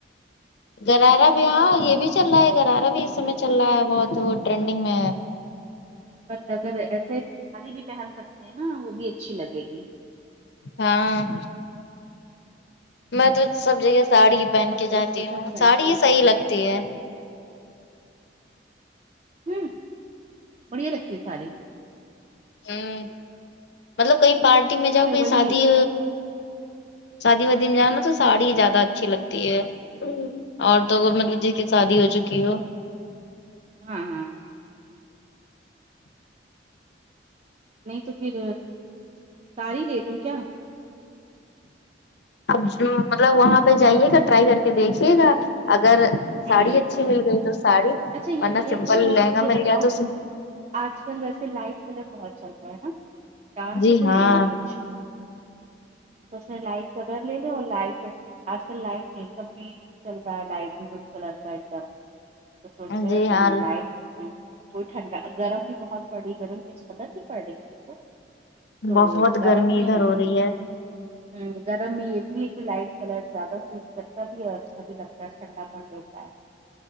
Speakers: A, on the left; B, on the right.
A: گرارا بھی ہاں یہ بھی چل رہا ہے گرارا بھی اس سمے چل رہا ہے بہت وہ ٹرینڈنگ میں ہے
B: پر اگر ایسے ساڑی بھی پہن سکتے ہیں نا وہ بھی اچھی لگے گی
A: ہاں میں تو سب جگہ ساڑی ہی پہن
B: وہی
A: جاتی
B: سوچا
A: ہوں
B: تو میں
A: ساڑی
B: نے کہا
A: ہی صحیح
B: تم
A: لگتی ہے
B: ہوں بڑھیا لگتی ہے ساری
A: ہوں مطلب کہیں پارٹی میں جاؤ
B: پھر
A: کہیں
B: وہی
A: شادی شادی وادی میں جانا تو ساڑی ہی زیادہ اچھی لگتی ہے عورتوں کو مطلب جس شادی ہو چکی ہو
B: ہاں ہاں نہیں تو پھر ساری لے لوں کیا
A: اب مطلب وہاں پہ جائیے گا ٹرائی کر کے دیکھیے گا اگر
B: ہوں
A: ساڑی اچھی مل گئی تو ساڑی
B: اچھا یہ
A: ورنہ سمپل
B: ایک بات اور
A: لہنگا
B: یہ
A: مل
B: بتاؤ
A: گیا تو
B: آج کل ویسے لائٹ کلر بہت چل رہا ہے نا ڈارک
A: جی
B: بھی تو
A: ہاں
B: لینا کچھ تو اس نے لائٹ کلر لے لائٹ آج کل لائٹ میک اپ بھی چل رہا ہے لائٹ کلر کا ایک دم تو سوچ رہے
A: جی ہاں
B: ہیں لائٹ ہمم کوئی ٹھنڈا گرم بھی بہت پڑ رہی ہے گرم کس قدار کی پڑ رہی ہے کیا تو
A: بہت
B: گرم
A: گرمی
B: میں
A: ادھر
B: ہوں
A: ہو رہی ہے
B: گرم میں یہ بھی ہے کہ لائٹ کلر زیادہ صرف چٹچا بھی ہے اور اچھا بھی لگتا ہے ٹھنڈا پن دیتا ہے